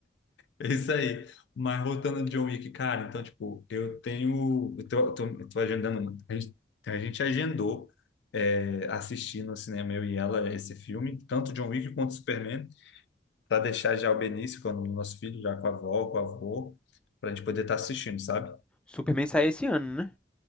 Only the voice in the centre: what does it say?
Superman sai esse ano, né?